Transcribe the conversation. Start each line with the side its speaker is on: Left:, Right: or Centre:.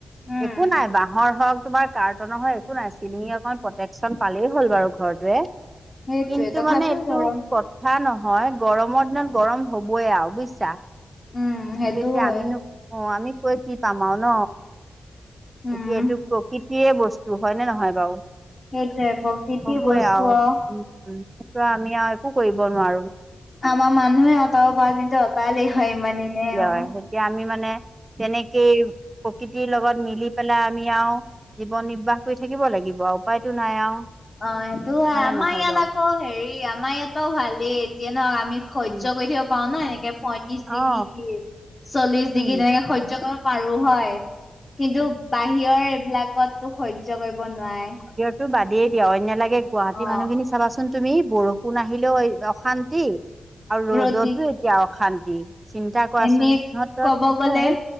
Left: উম,
Right: একো নাই, বাঁহৰ হওক তোমাৰ কাৰ্টুনৰ হওক একো নাই, চিলিঙ এখন প্ৰটেকচন পালেই হ'ল বাৰু ঘৰটোৱে।
Left: সেইটোৱে
Right: কিন্তু
Left: তথাপিও
Right: মানে এইটো
Left: গৰম।
Right: কথা নহয় গৰমৰ দিনত গৰম হ'বয়ে আৰু বুইছা?
Left: উম, সেইটোও
Right: সেইটো এতিয়া
Left: হয়
Right: আমিনো কি কওঁ, আমি কৈ কি পাম আৰু ন?
Left: উম,
Right: এতিয়া এইটো প্ৰকৃতিৰে বস্তু, হয়নে নহয় বাৰু?
Left: সেইটোৱে প্ৰকৃতি
Right: হ'বই
Left: বস্তু
Right: আৰু
Left: অ'।
Right: সেইটো আমি আৰু একো কৰিব নোৱাৰোঁ।
Left: আমাৰ মানুহে অঁতৰাব পৰা হতিনতো অতৰালেই হয় ইমান দিনে, অ'।
Right: তাছত এতিয়া আমি মানে তেনেকেই প্ৰকৃতিৰ লগত মিলি পেলাই আমি আৰু জীৱন নিৰ্বাহ কৰি থাকিব লাগিব আৰু উপায়তো নাই আৰু।
Left: অ, সেইটো হয়।
Right: নে
Left: আমাৰ
Right: নহয়
Left: ইয়াত
Right: বাৰু
Left: আকৌ হেৰি আমাৰ ইয়াতো ভালেই, যিয়ে নহওক আমি স
Right: উম
Left: জ কৰি থাকিব পাৰো ন, এনেকে পঁয়ত্ৰিছ
Right: অ',
Left: ডিগ্ৰী, চল্লিশ
Right: উম,
Left: ডিগ্ৰী তেনেকে সহ্য পাৰো হয়, কিন্তু বাহিৰৰ এইবিলাকততো সহ্য কৰিব নোৱাৰে।
Right: তো বাদিয়েই দিয় অন্য লাগে গুৱাহাটী
Left: অ
Right: মানুহখিনিক চাবাচোন তুমি বৰষুণ আহিলেও অশান্তি আৰু
Left: ৰ'দ
Right: ৰ'দতো এতিয়া অশান্তি চিন্তা কৰাচোন
Left: এনে
Right: সিহঁতত
Left: ক'ব গলে
Right: অ',